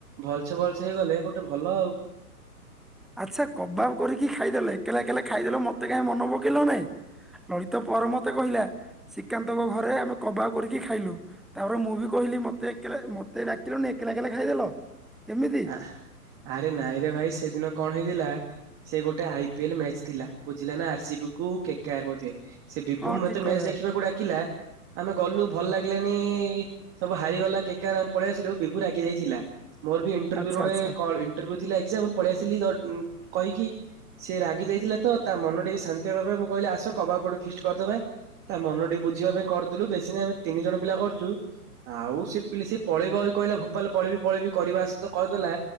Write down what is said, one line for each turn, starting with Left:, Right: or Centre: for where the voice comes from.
Right: ଭଲସେ ଭଲସେ ହେଇଗଲେ। ଗୋଟେ ଭଲ ଆଉ
Centre: ଆଚ୍ଛା କବାବ କରିକି ଖାଇଦେଲ। ଏକଲା ଏକଲା ଖାଇଦେଲ ମତେ କାହିଁ ମନ ପକେଇଲ ନାଇଁ। ଲଳିତା ପରେ ମତେ କହିଲା। ଶ୍ରୀକାନ୍ତଙ୍କ ଘରେ ଆମେ କବାଵ କରିକି ଖାଇଲୁ। ତାପରେ ମୁଁ ବି କହିଲି। ମତେ ଏକଲା ମତେ ଡାକିଲନି ଏକଲା ଏକଲା ଖାଇଦେଲ କେମିତି।
Right: ଆଉ ଆରେ ନାଇଁରେ ଭାଇ ସେଦିନ କଣ ହେଇଥିଲା। ସେ ଗୋଟେ ଆଇ ପିଏଲ ମେଚ ଥିଲା। ବୁଝିଲା ନା ଆର ସି ବି କୁ କେ କେ ଆର ବୋଧେ। ସେ ବିଭୁ
Centre: ହଁ
Right: ମତେ
Centre: ଠିକ କଥା
Right: ମେଚ ଦେଖିବାକୁ ଡାକିଲା। ଆମେ ଗଲୁ ଭଲ ଲାଗିଲାନି। ସବୁ ହାରିଗଲା କେ କେ ଆର। ଆମେ ପଳେଇ ଆସିଲୁ ବିଭୁ ରାଗି ଯାଇଥିଲା। ମୋର ବି ଇଣ୍ଟରଭ୍ୟୁ
Centre: ଆଚ୍ଛା
Right: ରେ
Centre: ଆଚ୍ଛା
Right: ଇଣ୍ଟରଭ୍ୟୁ ଥିଲା ଏଗ୍ଜାମ। ପଳେଇ ଆସିଲି କହିକି। ସିଏ ରାଗି ଯାଇଥିଲେ ତ। ତା ମନ ଟିକେ ଶାନ୍ତି ହବା ମୁଁ କହିଲି ଆସ କବାଵ ଟିକେ ଫିକସ କରିଦବା। ତା ମନ ଟିକେ ବୁଝିବା ପାଇଁ କରିଥିଲୁ। ବେଶୀ ନ ଆମେ ତିନି ଜଣ ପିଲା କରିଛୁ। ଆଉ ସେ ପିଲି ସେ ପଳେଇ ଆ ବୋଲି କହିଲା। ଭୋପାଲ ପଳେଇି ପଳେଇବି କରିବା ଆସତ। କରିଦେଲା